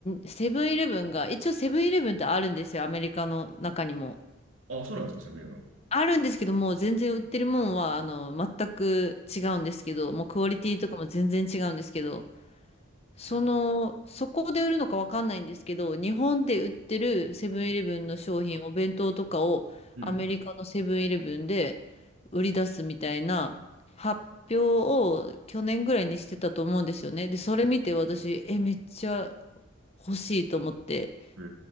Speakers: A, on the left (about 30°); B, on the right (about 80°).
A: セブンイレブンが、一応セブンイレブンってあるんですよ、アメリカの中にも。
B: あ、そうなんですか、セブンイレブン。
A: あるんですけども、う全然売ってるもんは、あの、全く違うんですけど、もうクオリティとかも全然違うんですけど、その、
B: うん。
A: そこで売るのかわかんないんですけど、日本で売ってるセブンイレブンの商品、お弁当とかをアメリカのセブンイレブンで売り出すみたいな発表を去年ぐらいにしてたと思うんですよね。
B: うん
A: で、それ見て私、え、めっちゃ欲しいと思って、
B: へえ。